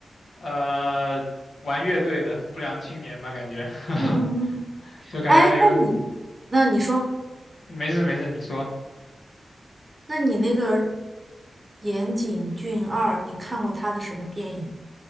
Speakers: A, on the left (about 75°); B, on the right (about 30°).
A: 呃玩乐队的不良青年吧，感觉，
B: 嗯嗯嗯，
A: <laughs> 就感觉有，
B: 哎，那你那你说，
A: 没事没事，你说
B: 那你那个岩井俊二，你看过他的什么电影？